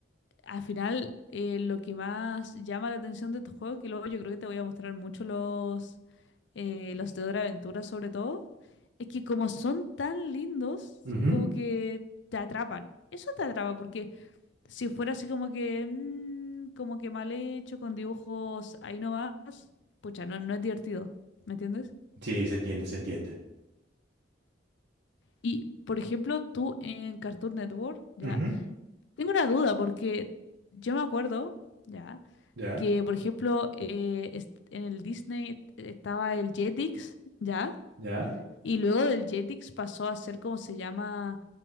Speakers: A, on the left; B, on the right.
A: al final eh, lo que más llama la atención de estos juegos, que luego yo creo que te voy a mostrar mucho los, eh, los de Dora Aventura sobre todo, es que como son tan lindos,
B: Ujú.
A: como que te atrapan. Eso te atrapa porque Si fuera así como que, mm, como que mal hecho, con dibujos ahí nomás, pucha, no, no es divertido, ¿me entiendes?
B: Sí, se entiende, se entiende.
A: Y, por ejemplo, tú en Cartoon Network, ¿ya?
B: Ujú.
A: Tengo una duda, porque yo me acuerdo, ¿ya?
B: ¿Ya?
A: Que, por ejemplo, eh, est- en el Disney estaba el Jetix, ¿ya?
B: ¿Ya?
A: Y luego del Jetix pasó a ser como se llama,